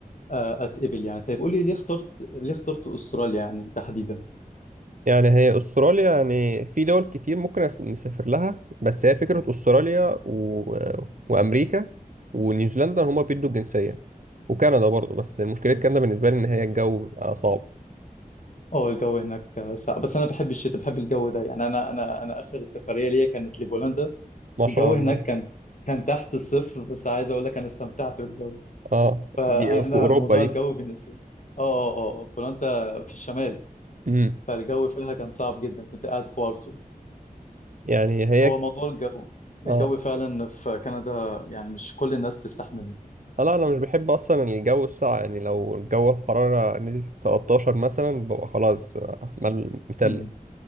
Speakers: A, on the left; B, on the right.
A: آه، أتقبل يعني طيب قولي ليه اخترت ليه اخترت أستراليا يعني تحديدا؟
B: يعني هي أستراليا يعني في دول كتير ممكن أس- نسافر لها بس هي فكرة أستراليا و... وأمريكا ونيوزيلندا هما بيدوا الجنسية وكندا برضه بس مشكلة مم. كندا بالنسبة لي إن هي الجو بيبقى صعب
A: أه الجو هناك آه، ساقع بس أنا بحب الشتاء بحب الجو ده يعني أنا أنا أنا آخر سفرية ليا كانت لبولندا
B: ما
A: الجو
B: شاء الله
A: هناك كان كان تحت الصفر بس عايز أقول لك أنا استمتعت بالجو
B: اه
A: فأنا
B: دي في أوروبا
A: موضوع
B: دي
A: الجو بالنسبة لي أه أه أه بولندا في الشمال
B: امم
A: فالجو فيها كان صعب جدا كنت قاعد في وارسو
B: يعني هي
A: هو موضوع الجو الجو
B: اه
A: فعلا في كندا يعني مش كل الناس تستحمله
B: آه، لا أنا مش بحب أصلا الجو الساقع يعني لو الجو الحرارة نزلت 13 مثلا ببقى خلاص آه، مل- متلج
A: امم